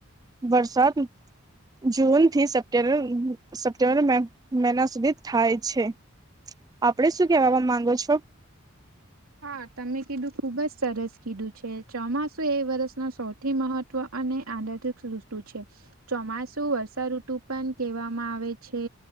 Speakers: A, on the right (about 20°); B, on the right (about 85°).
A: વરસાદ જૂન થી સપ્ટેમ્બર સપ્ટેમ્બર મહિના સુધી થાય છે આપડે શું કેવાવા માંગો છો
B: હા તમે કીધું ખુબ જ સરસ કીધું છે ચોમાસું એ વર્ષનો સૌ થી મહત્વ અને આંદર્ તુ છે. ચોમાસુ વર્ષાઋતુ પણ કેહેવામાં આવે છે